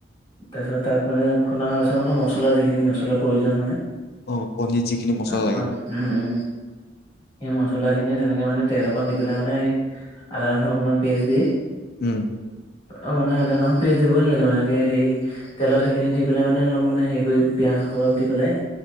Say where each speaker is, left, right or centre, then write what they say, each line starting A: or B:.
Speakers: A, on the left (about 30°); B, on the left (about 60°).
A: তাৰপিছত তাত মানে খুন্দা হোৱা পিছত মানে মছলা যিখিনি মছলাৰ প্ৰয়োজন হয়।
B: অ', পনীৰত যিখিনি মছলা
A: অ
B: লাগে।
A: অ উম উম। সেই মছলা খিনি তেনেকে মানে তেল অকণ দি পেলাই মানে আদা, নহৰু অকণমান পেষ্ট দি
B: উম।
A: অ, মানে আদা নহৰু পেষ্ট দিবই নালাগে মানেকে হেৰি তেলৰ সেইখিনি দি পেলাই মানে অলপ মানে হেৰি কৰি পিয়াঁজ <unintelligible> দি পেলাই